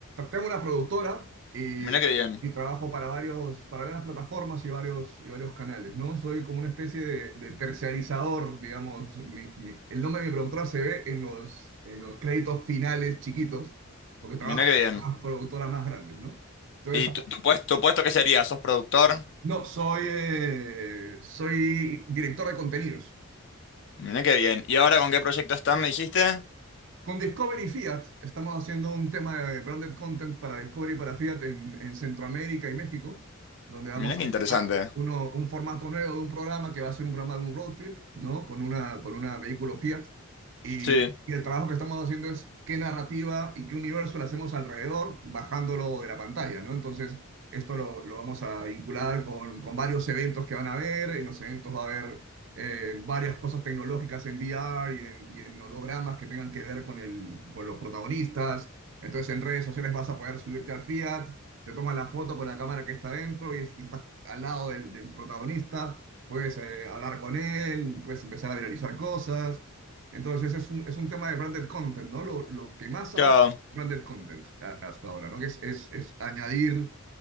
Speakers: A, on the right (about 55°); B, on the left (about 55°).
A: Tengo una productora y,
B: Mirá qué bien.
A: y trabajo para varios, para varias plataformas y varios, y varios canales, ¿no? Soy como una especie de, de terciarizador, digamos. Mi- mi- el nombre de mi productora se ve en los, en los créditos finales chiquitos, porque trabajo
B: Mirá qué bien.
A: con las productoras más grandes, ¿no? Entonces,
B: ¿Y tu, tu puesto, tu puesto qué sería? ¿Sos productor?
A: no, soy, eh, soy director de contenidos.
B: Mirá qué bien. ¿Y ahora con qué proyecto estás, me dijiste?
A: Con Discovery Fiat estamos haciendo un tema de branded content para Discovery y para Fiat en, en Centroamérica y México, donde vamos
B: Mira qué
A: a mezclar
B: interesante. eh.
A: uno, un formato nuevo de un programa que va a ser un programa de un road trip, ¿no? Con una, con una vehículo Fiat. Y,
B: Sí,
A: y el trabajo que estamos haciendo es qué narrativa y qué universo le hacemos alrededor, bajándolo de la pantalla, ¿no? Entonces, esto lo, lo vamos a vincular con, con varios eventos que van a haber. En los eventos va a haber eh, varias cosas tecnológicas en VR y en, y en hologramas que tengan que ver con, el, con los protagonistas. Entonces en redes sociales vas a poder subirte al Fiat, te tomas la foto con la cámara que está dentro y, y estás al lado del, del protagonista, puedes eh, hablar con él, puedes empezar a viralizar cosas. Entonces es un, es un tema de branded content, ¿no? Lo, lo que más ahora
B: claro.
A: es branded content a- hasta ahora, ¿no? Que es, es, es añadir